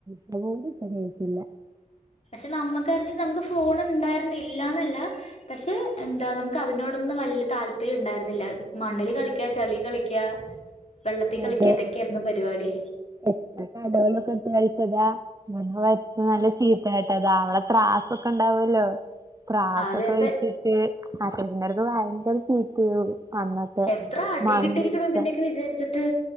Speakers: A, on the right; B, on the left.
A: <inaudible> കേക്കില്ല
B: പക്ഷെ നമ്മക്കായിരുന്നെങ്കിൽ നമുക്ക് ഫോൺ ഇണ്ടായിരുന്ന് ഇല്ലാന്നെല്ല പക്ഷെ എന്താ നമു ക്കതിനോടൊന്നും വലിയ താല്പര്യം ഇണ്ടായിരുന്നില്ല. മണ്ണിള് കളിക്ക്യാ ചെളീ കളിക്ക്യാ വെള്ളത്തി കളിക്ക്യാ.
A: അതെ
B: ഇതൊക്കെയായിരുന്നു പരിപാടി
A: എത്ര കടകളൊക്കെ ഇട്ട് കളിച്ചതാ <unintelligible> നല്ല ചീത്ത കേട്ടതാ അവളെ ത്രാ സ്സൊക്കെണ്ടാവല്ലോ ത്രാസൊക്കെ
B: അതെ ഇപ്പ
A: വെച്ചിട്ട് <unintelligible> ഭയങ്കര ചീത്തേവും അന്നൊക്കെ
B: എത്ര
A: <unintelligible>
B: അടി കിട്ടിയിരിക്കണു ഇതിന്റെയൊക്കെ വിചാരിച്ചിട്ട്